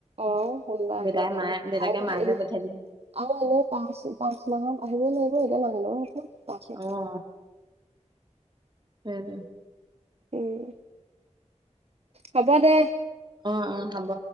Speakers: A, on the right; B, on the right.
A: অ', শুনিবা আহিব
B: দেউতাই মায়ে
A: <unintelligible>
B: দেউতাকে মাকে পঠিয়াই দিম
A: পাঁচ পাঁচ মাহত আহিবই লাগিব, এতিয়া নাহিলেও হ'ব। পাঁচ মাহ
B: অহ। সেইটোৱেই।
A: উম। হ'ব দে।
B: অ', অ', হ'ব।